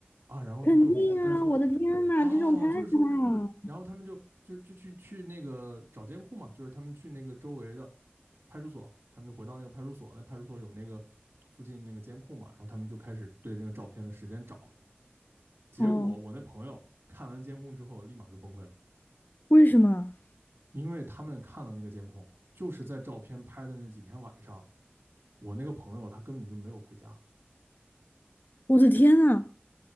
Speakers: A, on the right; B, on the left.
A: 啊，然后他就但说，
B: 肯定啊！我的天呐，
A: 哦，
B: 这种太可怕了。
A: 就是说，然后他们就就就去去那个找监控嘛，就是他们去那个周围的派出所，他们就回到那个派出所，那派出所有那个附近那个监控嘛，然后他们就开始对这个照片的时间找，结果我那朋友看完监控之后立马就崩溃了，
B: 哦，为什么？
A: 因为他们看了那个监控，就是在照片拍的那几天晚上，我那个朋友他根本就没有回家，
B: 我的天呐！